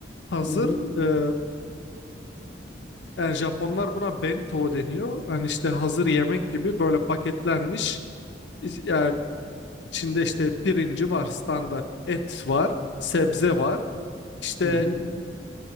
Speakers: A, on the left; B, on the left.
A: hazır
B: Hı
A: e, yani Japonlar buna bento deniyor. Hani işte hazır yemek gibi böyle paketlenmiş iç- yani içinde işte pirinci var standart et var sebze var. İşte
B: hı. hı.